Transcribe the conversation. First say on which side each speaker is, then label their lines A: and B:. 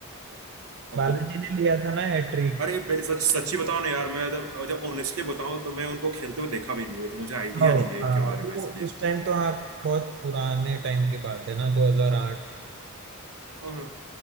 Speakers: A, on the right; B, on the right.
A: ओ
B: बालाजी ने लिया था ना हैट्रिक
A: अरे पहले सच सच्ची बताओ ना यार मैं जब जब ऑनेस्टली बताऊं तो मैं उनको खेलते हुए देखा भी नहीं हूं तो मुझे आइडिया
B: आओ,
A: नहीं है इनके
B: हाँ
A: बारे में इसलिए
B: वो उस टाइम तो हाँ बहुत पुराने टाइम की बात है ना 2008
A: हाँ हाँ